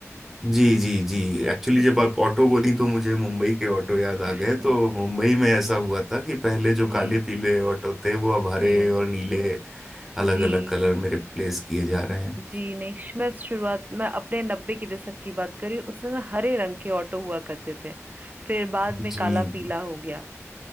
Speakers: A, in the centre; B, on the right (about 30°).
A: जी जी जी एक्चुअली
B: उस
A: जब आप ऑटो बोली तो मुझे मुंबई के ऑटो याद
B: <laughs>
A: आ गए तो मुंबई में ऐसा हुआ था कि पहले जो
B: जी
A: काले पीले ऑटो थे वो अब हरे
B: जी
A: और नीले अलग
B: जी
A: अलग कलर में रिप्लेस किए जा रहे हैं
B: जी नहीं मैं शुरुआत में अपने नब्बे की दशक की बात करी उस समय हरे रंग के ऑटो हुआ करते थे फिर बाद में
A: जी
B: काला पीला
A: जी
B: हो गया